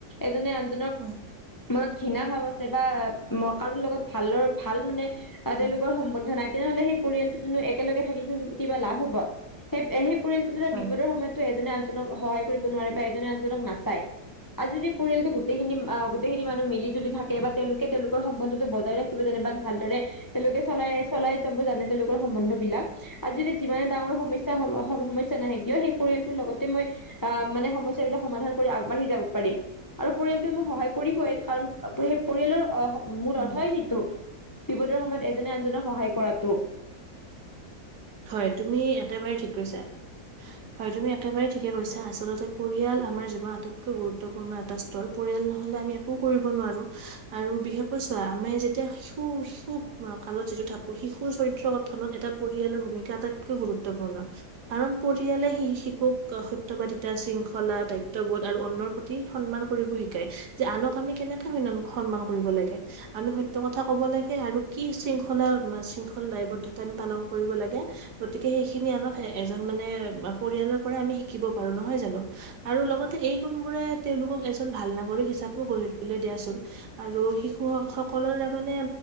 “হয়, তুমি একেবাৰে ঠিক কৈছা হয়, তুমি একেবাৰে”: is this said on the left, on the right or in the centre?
Right